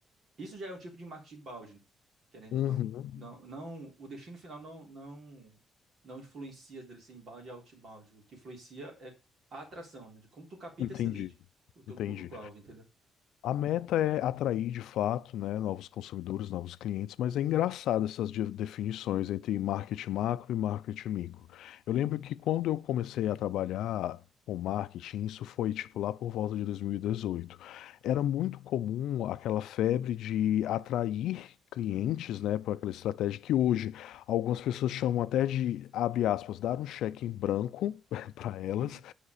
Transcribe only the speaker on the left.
Uhum.
Entendi,
entendi.
A meta é atrair de fato, né, novos consumidores, novos clientes, mas é engraçado essas de- definições entre marketing macro e marketing micro. Eu lembro que quando eu comecei a trabalhar com marketing, isso foi tipo lá por volta de 2018. Era muito comum aquela febre de atrair clientes,
né, por aquela estratégia que hoje algumas pessoas chamam até de, abre aspas, dar um cheque em branco <laughs> para elas